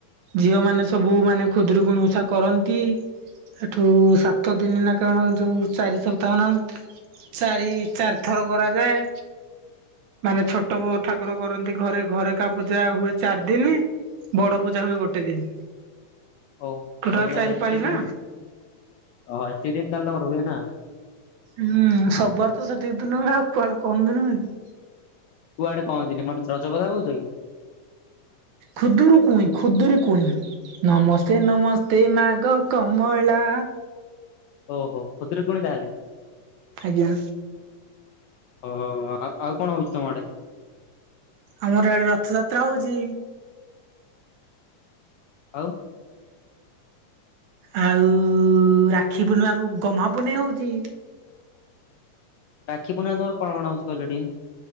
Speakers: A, on the right; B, on the left.
A: ଝିଅ ମାନେ ସବୁ ମାନେ ଖୁଦୂରୁକୁଣି ଉଷା କରନ୍ତି। ହେଠୁ ସାତ ଦିନ ନା କଣ ଯୋଉ ଚାରି ସପ୍ତାହ ନା ଚାରି ଚାରିଥର କରାଯାଏ। ମାନେ ଛୋଟୋ <unintelligible> ଠାକୁର କରନ୍ତି ଘରେ ଘରେକା ପୂଜା ହୁଏ ଚାରି ଦିନି। ବଡ ପୂଜା ହୁଏ ଗୋଟେ ଦିନ।
B: ଓ
A: ଟୋଟାଲ
B: ତମେ ତାହାଲେ
A: ଚାରି
B: ଏତିକି
A: ପାଳି ନା
B: ଦିନି ଅଃ ଏତିକି ଦିନି ତାହାଲେ ତମର ହୁଏ ନା।
A: ହୁଁ ସବୁଆଡ ତ ସେତିକି ଦିନ ହୁଏ ଆଉ କୁଆଡେ କମ୍ ଦିନ ହୁଏ କି।
B: କୁଆଡେ କହନ୍ତିନି <unintelligible> ରଜ କଥା କୋହୁଚ କି।
A: ଖୁଦୂରୁକୁଣି ଖୁଦୂରୁକୁଣି ନମସ୍ତେ ନମସ୍ତେ ମାଗ କମଳା
B: ଓହୋ ଖୁଦୂରୁକୁଣି ତାହାଲେ।
A: ଆଜ୍ଞା।
B: ଓ ହୋ ହୋ ଆଉ ଆଉ କଣ ହୋଉଚି ତମ ଆଡେ।
A: ଆମର ଏଆଡେ ରଥଯାତ୍ରା ହୋଉଚି।
B: ଆଉ।
A: ଆଉ ରାକ୍ଷୀପୂର୍ଣ୍ଣିମାକୁ ଗହ୍ମାପୁନେଇ ହୋଉଚି।
B: ରାକ୍ଷୀପୂର୍ଣ୍ଣିମା ତମର କଣ କଣ ହୋଉଛି କହିଲ ଟିକେ।